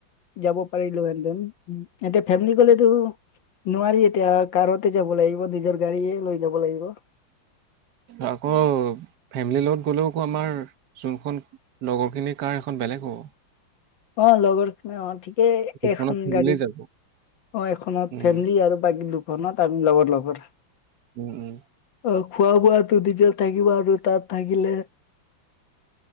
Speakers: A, on the left; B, on the right.
A: যাব পাৰিলো হেতেন। এতিয়া ফেমিলি গ'লেতো নোৱাৰি এতিয়া কাৰতে যাব লাগিব নিজৰ। গাড়ীয়ে লৈ যাব লাগিব
B: আকৌ। ফেমিলিৰ লগত গ'লেওকো আমাৰ যোনখন লগৰখিনিৰ কাৰ এেইখন বেলেগ হ'ব।
A: অ' লগৰখ অ ঠিকেই
B: দুখনত
A: এখন
B: ফেমিলি
A: গাড়ীত।
B: যাব।
A: অ' এখনত
B: উম,
A: ফেমিলি আৰু বাকী দুখনত আমি লগৰ লগৰ।
B: উম উম।
A: অ, খোৱা বোৱাতো নিজৰ থাকিব আৰু তাত থাকিলে